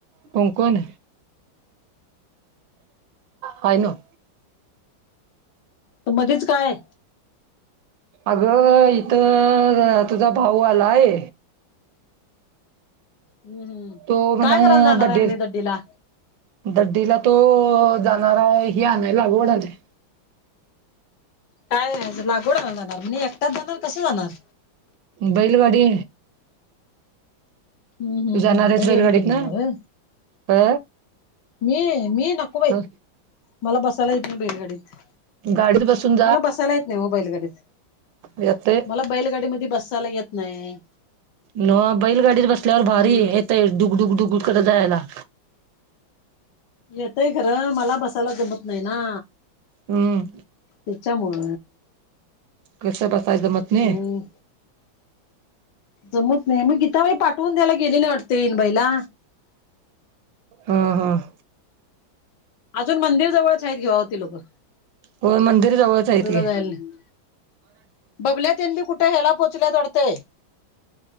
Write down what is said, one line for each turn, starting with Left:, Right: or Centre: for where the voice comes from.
Right: कोण कोण हाय नव्ह.
Left: तर मध्येच काय,
Right: अगं इथ तुझा भाऊ आलाय.
Left: हम्म हम्म
Right: तो
Left: काय
Right: म्हण
Left: करायला जाणार
Right: दड्डी
Left: आहे म्हणे दड्डीला
Right: दड्डी तो जाणारा आहे. हि आणाय लागवड आणाय.
Left: काय लागवड आणायला जाणार म्हणजे एकटाच जाणार कस जाणार?
Right: बैलगाडी
Left: हम्म हम्म
Right: तू जाणार
Left: हम्म
Right: आहेस
Left: बैलगाडी
Right: बैलगाडीतन
Left: घेऊन जाणार होय
Right: हा
Left: मी मी नक
Right: हा
Left: मला बसायला येत नाही. बैलगाडीत
Right: गाडीत बसून
Left: मला बसायला येत नाही हो बैलगाडीत.
Right: येतेय.
Left: मला बैलगाडीमध्ये बसायला येत नाही.
Right: नव्ह. बैलगाडीत बसल्यावर
Left: हम्म
Right: भारी येतय डुकडुक डुगुड करत जायला.
Left: येतय खरं मला बसायला जमत नाही ना.
Right: हम्म
Left: तुमच्यामुळ
Right: कस बसाय जमत नाही.
Left: आणि जमत नाही मग गीताबाई पाठवून द्यायला गेलेल्या वाटत इनबाईला
Right: हम हम
Left: अजून मंदिर जवळच आहेत घेवा ती लोकं
Right: होय मंदिर जवळच आहेत की.
Left: जायला नाही बबल्या तेन बी कुठे ह्याला पोचल्यात वाटतंय